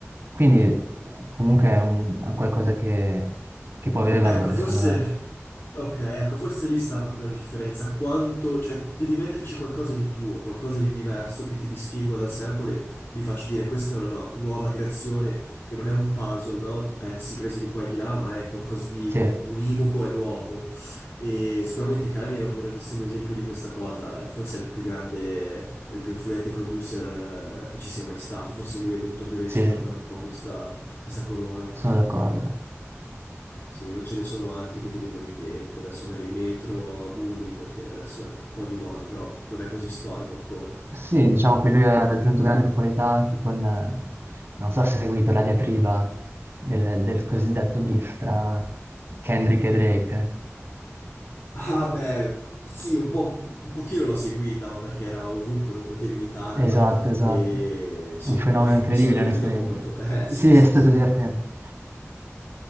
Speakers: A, on the right; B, on the left.
A: Quindi eh, comunque è un, è un qualcosa che, che può avere valore,
B: Ecco, forse...
A: secondo me.
B: Ok, ecco, forse lì sta proprio la differenza. Quanto... Cioè, devi metterci qualcosa di tuo, qualcosa di diverso che ti distingua dal sample e mi faccia dire questa è una no- nuova creazione che non è un puzzle, no? Di pezzi presi di qua e di là, ma è qualcosa di
A: Sì,
B: univoco e nuovo. E sicuramente Kanye è un grandissimo esempio di questa cosa. È forse il più grande, è il più influente producer eh, che ci sia mai stato. Forse lui e Dr. Dre
A: sì,
B: si giocano un po' questa, questa corona.
A: sono d'accordo.
B: Sì, non ce ne sono altri che ti vengono in mente. Adesso magari Metro, Boomin, che adesso è un po' di moda, però non è così storico ancora.
A: Sì, diciamo che lui ha raggiunto grande popolarità anche con, eh, non so se hai seguito la diatriba del, del cosiddetto beef tra Kendrick e Drake.
B: Ah, beh, sì, un po', un pochino l'ho seguita, ma perché era ovunque, non potevi evitarla.
A: Esatto, esatto.
B: E sì,
A: Un fenomeno
B: mi è piaciuto,
A: incredibile,
B: mi sono divertito
A: onestamente.
B: molto. <laughs> Eh, sì,
A: Sì, è
B: sì,
A: stato
B: sì.
A: divertente.